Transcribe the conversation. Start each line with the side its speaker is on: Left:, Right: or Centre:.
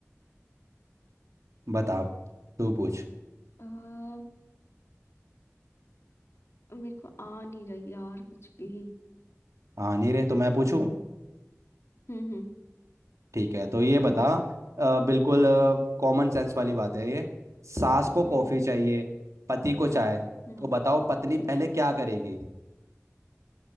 Right: बता अब, तू पूछ
Left: हम्म मेरे को आ नहीं रही यार कुछ भी
Right: आ नहीं रहे तो मैं पूछूं
Left: हम्म हम्म
Right: ठीक है तो ये बता अ, बिल्कुल कॉमन सेंस वाली बात है ये सास को कॉफी
Left: हम्म
Right: चाहिए पति को चाय
Left: हम्म,
Right: तो बताओ पत्नी
Left: ठीक
Right: पहले
Left: है
Right: क्या करेगी